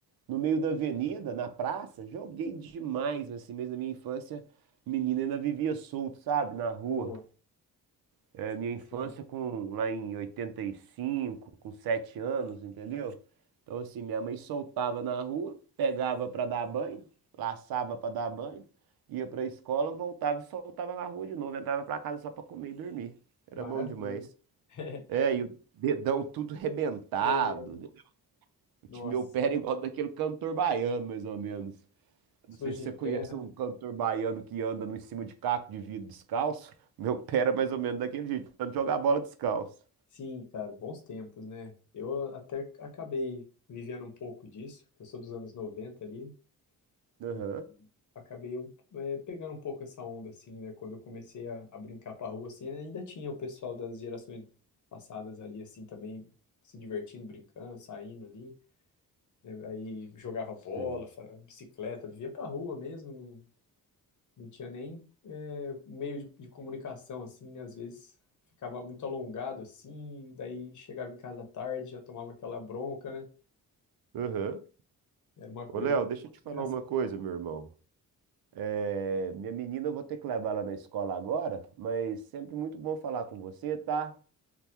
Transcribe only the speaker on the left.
boa.
Sim,
sim.
Maravilha.
<laughs>
É,
nossa.
Sujo
de
terra,
né?
Sim, cara, bons tempos, né? Eu até acabei vivendo um pouco disso, porque eu sou dos anos 90 ali,
e acabei um- é, pegando um pouco essa onda, assim, né? Quando eu comecei a, a brincar pra rua, assim, ainda tinha o pessoal das gerações passadas ali, assim, também se divertindo, brincando, saindo ali, né? Aí jogava bola,
fa- bicicleta, vivia pra rua mesmo, Não tinha nem é, meio de, de comunicação, assim, né? Às vezes ficava muito alongado, assim, e daí chegava em casa à tarde, já tomava aquela bronca, né?
Era uma coisa
engraçada.